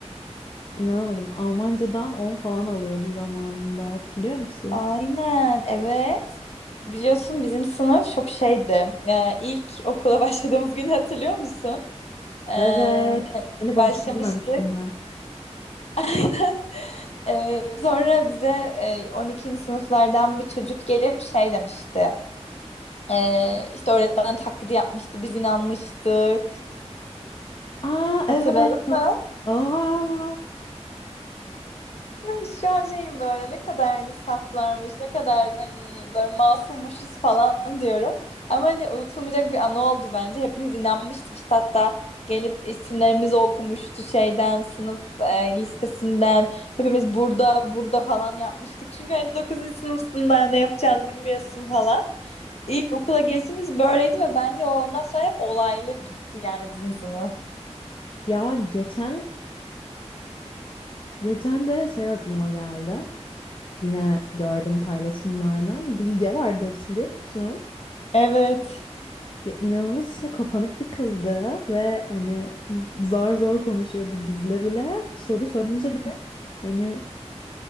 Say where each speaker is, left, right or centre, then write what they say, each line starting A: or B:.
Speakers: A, on the left; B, on the left.
A: inanamadım. Almancadan 10 falan alıyordu zamanında. Hatırlıyor musun?
B: Aynen, evet. Biliyorsun bizim sınıf çok şeydi. Ee, ilk okula <laughs> başladığımız günü hatırlıyor musun? Ee,
A: Evet. Seni bahçede
B: başlamıştık.
A: görmüştüm ben.
B: <laughs> Aynen. Ee, sonra bize e, 12. sınıflardan bir çocuk gelip şey demişti. Ee, işte öğretmen taklidi yapmıştı, biz inanmıştık.
A: Aa
B: Hatırladın
A: evet.
B: mı?
A: Aa.
B: <laughs> Şu an şeyim böyle ne kadar hani saflarmış, ne kadar hani böyle masummuşuz falan diyorum. Ama hani unutulmayacak bir anı oldu bence. Hepimiz inanmıştık işte hatta gelip isimlerimizi okumuştu şeyden, sınıf e, listesinden. Hepimiz burada, burada falan yapmıştık. Çünkü hani dokuzuncu sınıfsın ne yapacağını bilmiyorsun falan. İlk okula gelişimiz böyleydi ve bence o ondan sonra hep olaylı gitti yani bizim sınıf.
A: Ya geçen geçen de şey aklıma geldi. Yine gördüm paylaşımlardan. Bilge vardı hatırlıyor musun?
B: Evet.
A: Ya inanılmaz içine kapanık bir kızdı ve hani zar zor konuşuyordu bizle bile. Soru sorunca
B: <laughs>
A: bile hani